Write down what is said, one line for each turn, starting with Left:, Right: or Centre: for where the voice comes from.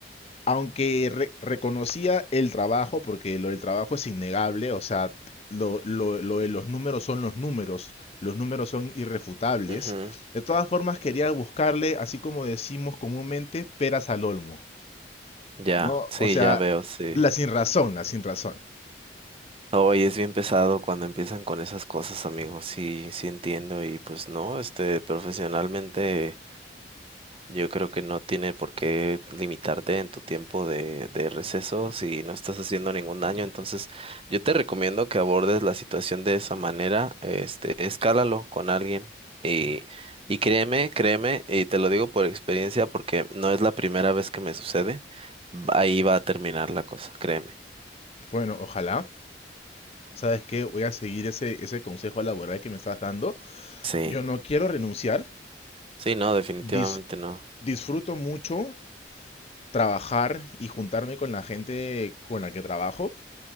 Left: aunque re- reconocía el trabajo, porque lo del trabajo es innegable, o sea, lo, lo- lo de los números son los números, los números son irrefutables.
Right: Ujú.
Left: De todas formas, quería buscarle, así como decimos comúnmente, peras al olmo,
Right: Ya,
Left: ¿no?
Right: sí,
Left: O sea,
Right: ya veo, sí.
Left: la sin razón, la sin razón.
Right: Hoy es bien pesado cuando empiezan con esas cosas, amigo. Sí, sí entiendo. Y pues no, este, profesionalmente. Yo creo que no tiene por qué limitarte en tu tiempo de, de receso si no estás haciendo ningún daño. Entonces, yo te recomiendo que abordes la situación de esa manera. Este, escálalo con alguien y, y créeme, créeme, y te lo digo por experiencia porque no es la primera vez que me sucede. Ahí va a terminar la cosa, créeme.
Left: Bueno, ojalá. ¿Sabes qué? Voy a seguir ese, ese consejo laboral que me estás dando.
Right: Sí,
Left: Yo no quiero renunciar.
Right: sí, no, definitivamente
Left: dis-
Right: no.
Left: disfruto mucho trabajar y juntarme con la gente con la que trabajo.